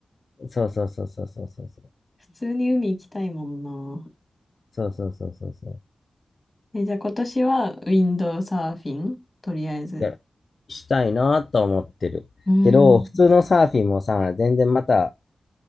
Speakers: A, on the left; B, on the left.
A: ん。そうそうそうそうそうそうそう。
B: 普通に海行きたいもんな。
A: そうそうそうそうそう。
B: え、じゃあ今年はウィンドサーフィンとりあえず。
A: やるしたいなと思ってる。
B: うーん。
A: けど、普通のサーフィンもさ、全然また